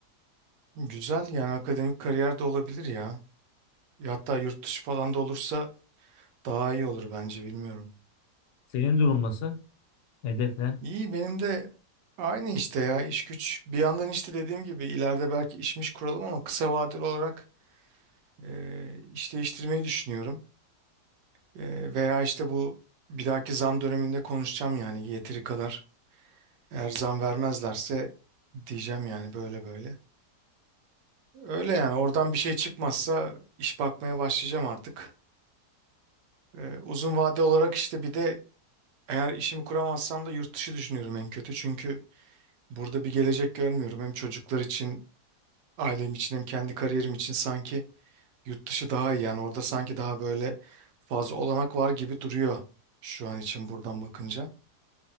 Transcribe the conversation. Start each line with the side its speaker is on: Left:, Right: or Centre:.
Right: Güzel yani akademik kariyer de olabilir ya. Ya Hatta yurt dışı falan da olursa daha iyi olur bence bilmiyorum.
Left: Senin durum nasıl? Hedef ne?
Right: İyi benim de aynı işte ya iş güç. Bir yandan işte dediğim gibi ileride belki işmiş kuralım ama kısa vadeli olarak e, iş değiştirmeyi düşünüyorum. E, veya işte bu bir dahaki zam döneminde konuşacağım yani yeteri kadar. Eğer zam vermezlerse diyeceğim yani böyle böyle. Öyle yani oradan bir şey çıkmazsa iş bakmaya başlayacağım artık. E, uzun vade olarak işte bir de eğer işimi kuramazsam da yurt dışı düşünüyorum en kötü. Çünkü burada bir gelecek görmüyorum. Hem çocuklar için, ailem için hem kendi kariyerim için sanki yurt dışı daha iyi. Yani orada sanki daha böyle fazla olanak var gibi duruyor şu an için buradan bakınca.